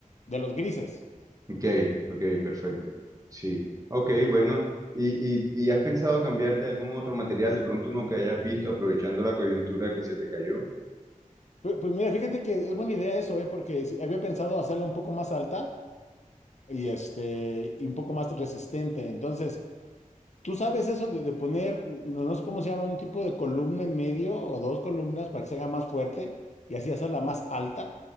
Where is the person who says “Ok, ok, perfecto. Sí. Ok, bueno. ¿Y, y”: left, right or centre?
Right